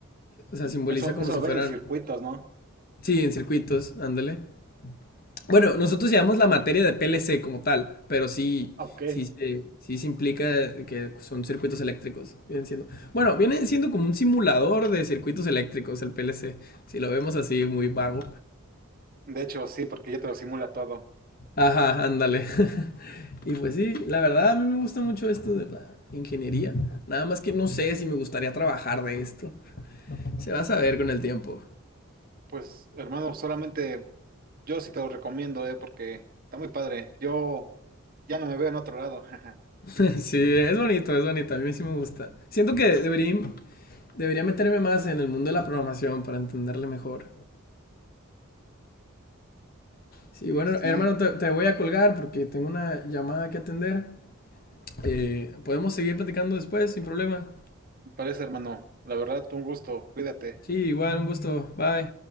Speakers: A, on the left; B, on the right.
A: O sea, simboliza
B: eso,
A: como
B: eso
A: si
B: lo
A: fueran,
B: ven en circuitos, ¿no?
A: sí, en circuitos, ándale. Bueno, nosotros llevamos la materia de PLC como tal, pero sí,
B: Ok.
A: sí, se- sí, se implica que son circuitos eléctricos, vienen siendo. Bueno, vienen siendo como un simulador de circuitos eléctricos el PLC, si lo vemos así muy vago.
B: De hecho, sí, porque ya te lo simula todo.
A: Ajá, ándale. <laughs> Y pues sí, la verdad a mí me gusta mucho esto de la ingeniería. Nada más que no sé si me gustaría trabajar de esto. Se va a saber con el tiempo.
B: Pues, hermano, solamente yo sí te lo recomiendo, eh, porque está muy padre. Yo ya no me veo en otro lado. <laughs> jaja.
A: <laughs> Sí, es bonito, es bonito, a mí sí me gusta. Siento que debería, debería meterme más en el mundo de la programación para entenderle mejor. Sí, bueno,
B: Y sí,
A: hermano, te, te voy a colgar porque tengo una llamada que atender. Eh, podemos seguir platicando después, sin problema.
B: me parece, hermano. La verdad, un gusto. Cuídate.
A: Sí, igual, un gusto. Bye.